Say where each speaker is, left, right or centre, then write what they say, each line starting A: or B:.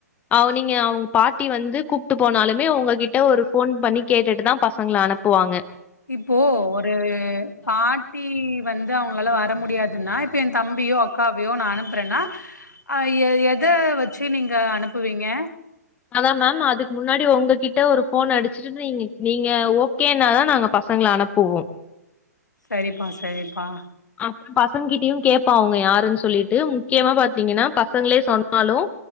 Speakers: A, on the left; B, on the left.
A: அவ நீங்க அவுங் பாட்டி வந்து கூப்ட்டு போனாலுமே உங்ககிட்ட ஒரு ஃபோன் பண்ணி கேட்டுட்டு தா பசங்கள அனுப் புவாங்க
B: இப்போ ஒரு பாட்டி வந்து அவுங்களால வர முடியாதுன்னா இப்ப என் தம்பியோ அக்காவையோ நா அனுப்புறன்னா அ எத வச்சு நீங்க அனுப்புவீங்க
A: அதான் மேம் அதுக்கு முன்னாடி உங்ககிட்ட ஒரு ஃபோன் அடிச்சு ட்டு நீங்க நீங்க ஓகேனாதான் நாங்க பசங்கள அனுப்புவோம்
B: சரிப்பா சரிப்பா
A: அப் பசங்க கிட்டயும் கேப்போம் அவுங்க யாருன்னு சொல்லிட்டு முக்கியமா பாத்தீங்கன்னா பசங்களே சொன்னாலும்